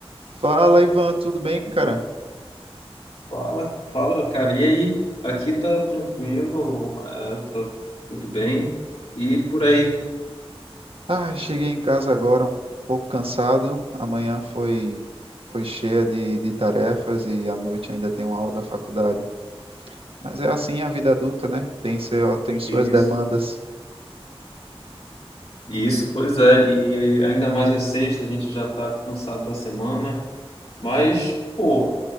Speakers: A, on the right; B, on the left.
A: Fala, Ivan, tudo bem, cara?
B: Fala, fala, cara. E aí? Aqui tá tranquilo, é, tá tudo bem. E por aí?
A: Ah, cheguei em casa agora um pouco cansado. Amanhã foi foi cheia de, de tarefas e à noite ainda tem uma aula da faculdade. Mas é assim a vida adulta, né? Tem seu, tem suas
B: Isso.
A: demandas.
B: Isso, pois é. E ainda mais é sexta, a gente já tá cansado da semana. Mas, pô,